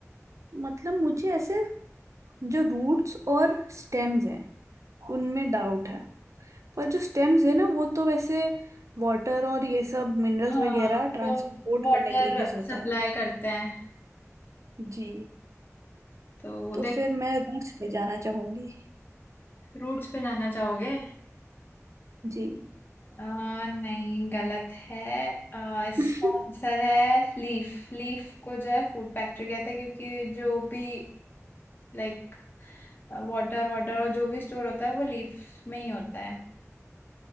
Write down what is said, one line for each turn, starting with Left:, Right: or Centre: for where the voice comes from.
Right: मतलब मुझे ऐसे जो रूट्स और स्टेम्स हैं उनमें डाउट है पर जो स्टेम्स है ना वो तो वैसे वाटर और ये सब मिनरल्स
Left: हाँ
Right: वगैरह ट्रांसपोर्ट
Left: वो वाटर
Right: करने के लिए यूज होता
Left: सप्लाई
Right: है
Left: करते हैं
Right: जी
Left: तो
Right: तो
Left: देखो
Right: फिर मैं रूट्स पे जाना चाहूंगी
Left: रूट्स पे जाना चाहोगे
Right: जी
Left: आ, नहीं गलत है आ, इसका
Right: <laughs>
Left: आंसर है लीफ लीफ को जो है फूड फैक्ट्री कहते हैं क्योंकि जो भी लाइक वाटर वाटर और जो भी स्टोर होता है वो लीफ में ही होता है